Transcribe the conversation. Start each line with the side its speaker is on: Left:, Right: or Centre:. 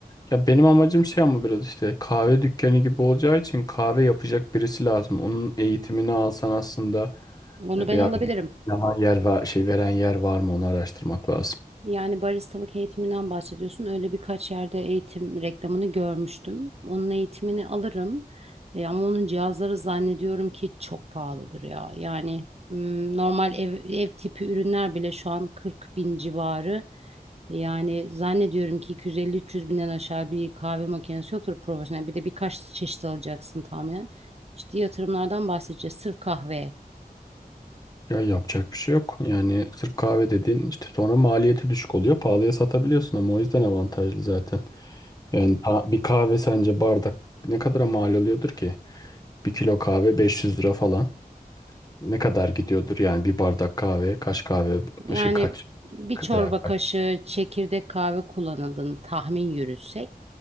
Left: Ya benim amacım şey ama biraz işte kahve dükkanı gibi olacağı için kahve yapacak birisi lazım. Onun eğitimini alsan aslında
Right: Onu
Left: e,
Right: ben
Left: veya
Right: alabilirim.
Left: bir zaman yer var, şey veren yer var mı onu araştırmak lazım.
Right: Yani baristalık eğitiminden bahsediyorsun. Öyle birkaç yerde eğitim reklamını görmüştüm. Onun eğitimini alırım. E, ama onun cihazları zannediyorum ki çok pahalıdır ya. Yani m, normal ev, ev tipi ürünler bile şu an 40 bin civarı. Yani zannediyorum ki 250-300 binden aşağı bir kahve makinesi yoktur profesyonel. Bir de birkaç çeşit alacaksın tahminen. İşte yatırımlardan bahsedeceğiz. Sırf kahveye.
Left: Ya yapacak bir şey yok. Yani sırf kahve dediğin işte sonra maliyeti düşük oluyor. Pahalıya satabiliyorsun ama o yüzden avantajlı zaten. Yani ta- bir kahve sence bardak ne kadara mal oluyordur ki? Bir kilo kahve 500 lira falan. Ne kadar gidiyordur yani bir bardak kahve kaç kahve
Right: Yani
Left: şey kaç
Right: bir çorba
Left: veya kaç
Right: kaşığı çekirdek kahve kullanıldığını tahmin yürütsek,